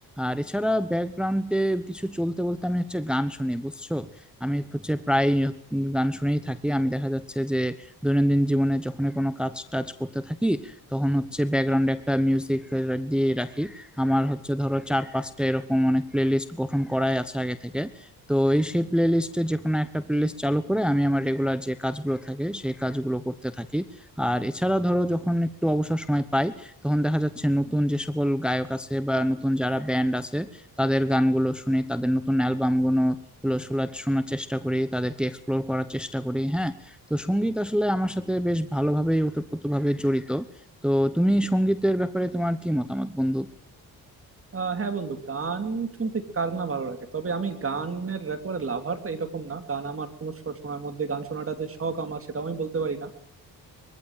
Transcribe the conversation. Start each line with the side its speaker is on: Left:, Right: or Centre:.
Centre: আর এছাড়া ব্যাকগ্রাউন্ডে কিছু চলতে বলতে আমি হচ্ছে গান শুনি বুঝছো আমি হচ্ছে প্রায় গান শুনেই থাকি আমি দেখা যাচ্ছে যে দৈনন্দিন জীবনে যখন কোনো কাজ টাজ করতে থাকি তখন হচ্ছে ব্যাকগ্রাউন্ডে একটা মিউজিক দিয়ে রাখি আমার হচ্ছে ধরো চার পাঁচটা এরকম অনেক প্লেলিস্ট গঠন করাই আছে আগে থেকে তো এই সেই প্লেলিস্টে যে কোনো একটা প্লেলিস্ট চালু করে আমি আমার রেগুলার যে কাজগুলো থাকে সেই কাজগুলো করতে থাকি আর এছাড়া ধরো যখন একটু অবসর সময় পাই তখন দেখা যাচ্ছে নতুন যে সকল গায়ক আছে বা নতুন যারা ব্যান্ড আছে তাদের গানগুলো শুনি তাদের নতুন অ্যালবামগুলো গুলো শোনার শোনার চেষ্টা করি তাদেরকে এক্সপ্লোর করার চেষ্টা করি হ্যাঁ তো সঙ্গীত আসলে আমার সাথে বেশ ভালোভাবেই ওতপ্রোতভাবে জড়িত তো তুমি সঙ্গীতের ব্যাপারে তোমার কি মতামত বন্ধু
Right: আহ হ্যাঁ বন্ধু গান শুনতে কার না ভালো লাগে তবে আমি গানের একেবারে লাভার এরকম না গান আমার কোনো শ- শোনার মধ্যে গান শোনাটা যে শখ আমার সেটাও আমি বলতে পারি না